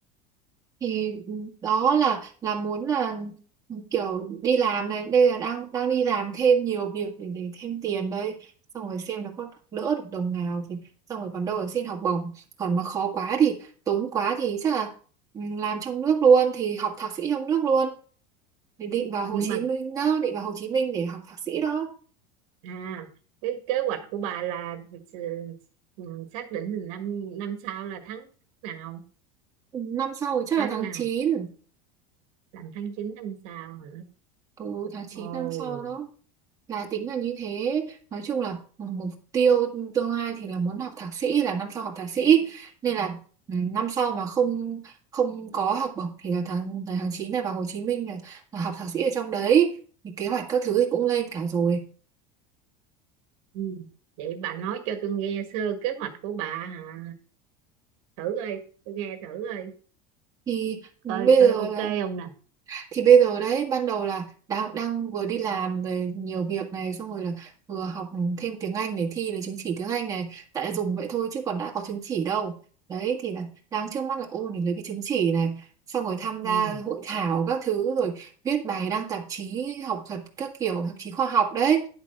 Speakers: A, on the right; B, on the right.
A: thì ừ, đó là là muốn là ừ, kiểu đi làm này đây là đang đang đi làm thêm nhiều việc để để thêm tiền đây xong rồi xem là có đỡ được đồng nào thì xong rồi còn đâu là xin học bổng còn mà khó quá thì tốn quá thì chắc là ừ, làm trong nước luôn thì học thạc sĩ trong nước luôn thì định vào Hồ
B: nhưng
A: Chí
B: mà
A: Minh đó định vào Hồ Chí Minh để học thạc sĩ đó
B: À, cái kế hoạch của bà là ừ, ừ, xác định là năm năm sau là tháng nào,
A: Ừ, năm sau thì chắc
B: tháng
A: là tháng
B: nào,
A: chín
B: làm tháng 9 năm sau hả?
A: ừ tháng chín
B: Ồ,
A: năm sau đó là tính là như thế nói chung là ừ, mục tiêu tương lai thì là muốn học thạc sĩ là năm sau học thạc sĩ nên là ừ, năm sau mà không không có học bổng thì là tháng là tháng 9 này vào Hồ Chí Minh là, là học thạc sĩ ở trong đấy thì kế hoạch các thứ thì cũng lên cả rồi
B: ừ. Vậy bà nói cho tôi nghe sơ kế hoạch của bà hả? Thử coi, tôi nghe thử coi,
A: thì ừ,
B: coi
A: bây
B: coi
A: giờ
B: ok
A: là
B: không nè.
A: thì bây giờ đấy ban đầu là đang đang vừa đi làm rồi nhiều việc này xong rồi là vừa học thêm tiếng Anh để thi lấy chứng chỉ tiếng Anh này tại là dùng vậy thôi chứ còn đã có chứng chỉ đâu đấy thì là đang trước mắt là ôn để lấy cái chứng chỉ này xong rồi tham gia
B: Ừ.
A: hội thảo các thứ rồi viết bài đăng tạp chí học thuật các kiểu tạp chí khoa học đấy